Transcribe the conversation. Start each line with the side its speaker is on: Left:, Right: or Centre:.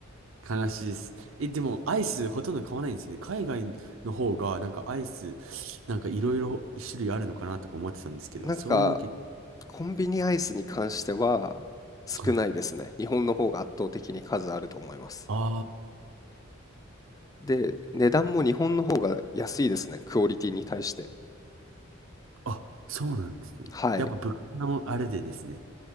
Right: 悲しいです。え、でも、アイスほとんど買わないんですよね。海外の方が、なんかアイス、なんかいろいろ一種類あるのかなとか思ってたんですけど、
Left: なんか、
Right: そういうわけ。
Left: コンビニアイスに関しては少ないですね。
Right: はい。
Left: 日本の方が圧倒的に数あると思います。
Right: あ
Left: で、値段も日本の方が安いですね。クオリティに対して。
Right: あ。あ、そうなんですね。
Left: はい。
Right: やっぱ物価のあれでですね。